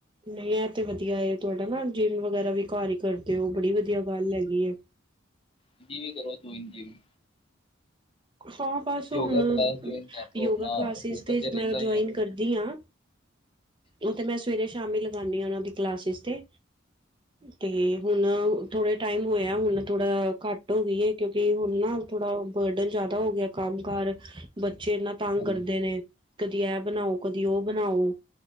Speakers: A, on the right; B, on the left.
A: ਨਹੀਂ ਇਹ ਤੇ ਵਧੀਆ ਏ, ਤੁਹਾਡਾ ਨਾ ਜਿੰਮ ਵਗੈਰਾ ਵੀ ਘਰ ਹੀ ਕਰਦੇ ਹੋ ਬੜੀ ਵਧੀਆ ਗੱਲ ਹੈਗੀ ਏ।
B: ਤੁਸੀਂ ਵੀ ਕਰੋ ਜੋਇਨ ਜਿੰਮ।
A: ਹਾਂ ਬਸ ਹੁਣ
B: ਯੋਗਾ ਕਲਾਸ ਜੁਆਇਨ ਕਰ ਲੋ
A: ਯੋਗਾ
B: ਆਪਣਾ
A: ਕਲਾਸਿਸ
B: ਫਿਟ
A: ਤੇ
B: ਰਹਿੰਦਾ
A: ਮੈਂ ਜੁਆਇੰਨ
B: ਹੀ ਆ
A: ਕਰਦੀ ਆਂ। ਉਹ ਤੇ ਮੈਂ ਸਵੇਰੇ ਸ਼ਾਮੀ ਲਗਾਉਂਦੀ ਹਾਂ ਉਹਨਾਂ ਦੀ ਕਲਾਸਿਸ ਤੇ, ਤੇ ਹੁਣ ਥੋੜੇ ਟਾਈਮ ਹੋਇਆ ਹੁਣ ਥੋੜ੍ਹਾ ਘੱਟ ਹੋ ਗਈ ਏ ਕਿਉਂਕਿ ਹੁਣ ਨਾ ਥੋੜ੍ਹਾ ਬਰਡਨ ਜਾ ਜ਼ਿਆਦਾ ਹੋ ਗਿਆ ਕੰਮ ਕਾਰ, ਬੱਚੇ ਏਨਾ ਤੰਗ
B: ਹਾਂਜੀ
A: ਕਰਦੇ ਨੇ, ਕਦੀ ਇਹ ਬਣਾਓ, ਕਦੀ ਉਹ ਬਣਾਓ